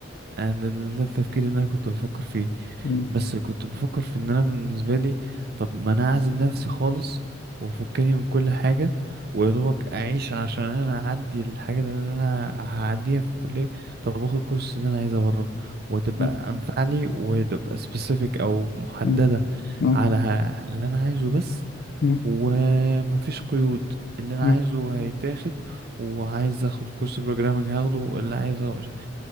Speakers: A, on the right; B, on the left.
A: انا ده ده التفكير اللي انا كنت بفكر فيه
B: م-
A: بس كنت بفكر في ان انا بالنسبه لي طب ما انا اعزل نفسي خالص وافكني من كل حاجه ويدوبك اعيش عشان انا اعدي الحاجه اللي انا هعديها في الكليه طب باخد الكورس اللي انا عايزه بره وتبقى
B: م-
A: انفع لي وتبقى سبيسيفيك او محدده
B: م- م-
A: على ه- اللي انا عايزه بس
B: م-
A: ومفيش قيود اللي انا
B: م.
A: عايزه هيتاخد وعايز اخد كورس بروجرامنج هاخده اللي عايزه مش عارف.